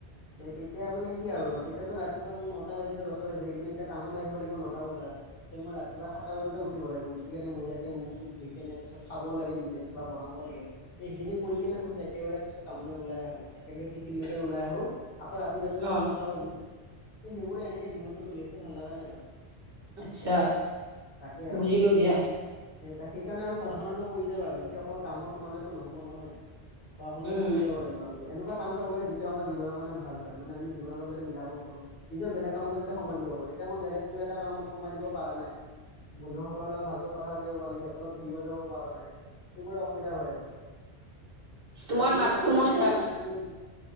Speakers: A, on the left (about 60°); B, on the right (about 60°).
A: তেতিয়া মানে কি আৰু? এতিয়াটো ৰাতিপুৱা মোৰ নটা বাজিছিলে দটা বাজিছিলে কিন্তু, এতিয়া কামলৈ আহিব লাগিব নটা বজাত। তে মই ৰাতিপুৱা সাতটা বজাতে উঠিব লাগিব। উঠি কেনে বঢ়িয়াকে মুখ চুখ ধুইকিনে তাৰপাত খাবও লাগে নিজে কিবা বনাব লাগে। তে সেইখিনি কৰি কিনে একেবাৰে তাৰছত কামলৈ ওলাই আহো একেবাৰে টিফিন লৈকে ওলাই আহো। আকৌ ৰাতি যাত যাতে
B: অ
A: নটা বাজিই। ত সেইবোৰে এনেকে জীৱনটো চলি আছে ভাল লগা নাই আৰু।
B: আচ্ছা
A: তাকে আৰু
B: বুজিলো দিয়া।
A: সেই তাক সেইকাৰণে আৰু পঢ়া শুনাটো কৰি যাবা বেছি অকল কামত সোমালেতো নহব নহয়। পঢ় শুনটো
B: উম
A: কৰি যাব লাগিব। এনেকুৱা কাম চাব লাগে যিটো আমাৰ জীৱনৰ কাৰে ভাল হয়। মানে আমি জীৱনৰ লগত যাতে মিলাব- পাৰোঁ। নিজৰ বেলেগ কামতো যাতে সময় দিব পাৰো। এতিয়া মই বেলেগ কিবা এটা কামত সময় দিব পৰা নাই। বন্ধুসকলৰ লগত ভালকৈ কথা পাতিব পৰা নাই, সিহঁত লগত ঘূৰিব যাব পৰা নাই সেইবোৰো অসুবিধা হৈ আছে।
B: তোমাৰ
A: তুমি
B: মাতটো
A: যে কাম কৰিব
B: মই
A: খুব মন ন তুমি-